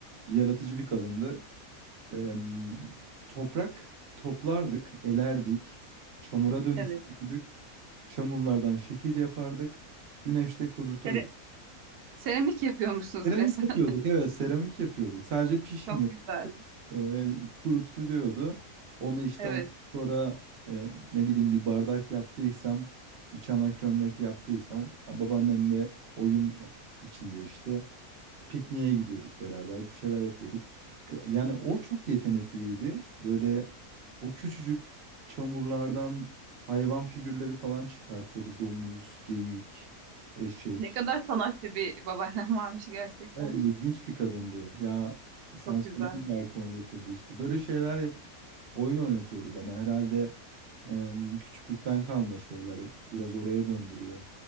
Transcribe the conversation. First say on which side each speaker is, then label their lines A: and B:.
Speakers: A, on the right (about 55°); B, on the right (about 90°).
A: Yaratıcı bir kadındı. Em, toprak toplardık, elerdik, çamura dönüştürdük.
B: Evet.
A: Çamurlardan şekil yapardık, güneşte kuruturduk.
B: Sere- seramik yapıyormuşsunuz
A: Seramik
B: resmen.
A: yapıyorduk evet seramik yapıyorduk. Sadece
B: <laughs>
A: pişmiyorduk.
B: Çok güzel.
A: Ee, kurutuluyordu. Onu işte
B: Evet.
A: ondan sonra e, ne bileyim bir bardak yaptıysam bir çanak çömlek yaptıysam ha, oyun içinde işte pikniğe gidiyorduk beraber bir şeyler yapıyorduk. K- Yani o çok yetenekliydi. Böyle o küçücük çamurlardan hayvan figürleri falan çıkartıyordu. Domuz, geyik, eşek.
B: Ne kadar sanatçı bir babaannem <laughs> varmış gerçekten.
A: Evet, ilginç bir kadındı. Ya sen
B: Çok
A: söyleyince
B: güzel.
A: aklıma getirdi işte. Böyle şeyler yapıp oyun oynatıyordu bana. Herhalde em, küçüklükten kalma şeyler biraz oraya döndürüyor.